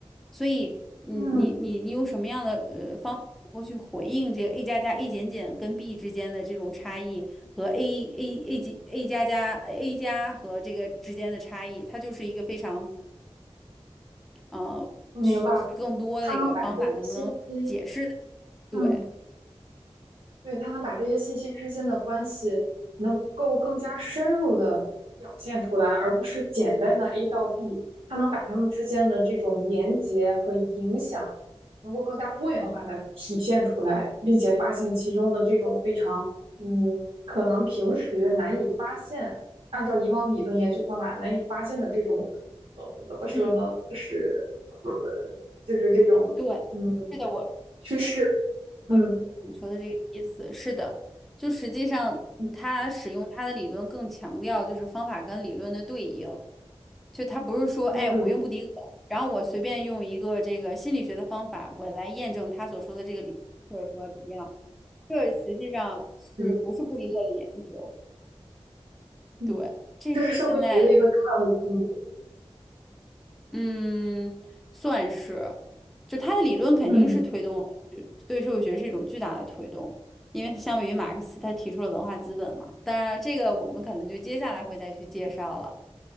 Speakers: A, in the centre; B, on the right.
A: 所以你你你你用什么样的呃方法能够去回应这个
B: 嗯，嗯
A: A 加加 A 减减跟 B 之间的这种差异？和 A A A 级 A 加加 A 加和这个之间的差异，它就是一个非常呃需要考虑更多的一个方法，
B: 我明白了，他能把这些信息，
A: 能不能解释的对，
B: 嗯，对，他能把这些信息之间的关系能够更加深入的表现出来，而不是简单的 A 到 B，他能把他们之间的这种连接和影响，能够更加多元化的体现出来，并且发现其中的这种非常，嗯，可能平时难以发现，按照以往理论研究方法难以发现的这种，呃，怎么说呢，
A: 嗯，
B: 就是，呃，就是这种，
A: 对，
B: 嗯，
A: 是的，我
B: 趋势，嗯
A: 我理解你说的这个意思，是的，就实际上它使用它的理论更强调就是方法跟理论的对应，
B: 嗯
A: 就它不是说哎我用布迪厄，
B: 嗯。
A: 然后我随便用一个这个心理学的方法，我来验证他所说的这个理，或者说怎么样。这实际上是不是布迪厄的研究？
B: 嗯嗯
A: 对，这是现在，
B: 这是社会学的一个重要的进步。
A: 嗯，算是，就他的理论肯定是推动了
B: 嗯
A: 对社会学是一种巨大的推动，因为相比于马克思，他提出了文化资本嘛。当然了，这个我们可能就接下来会再去介绍了。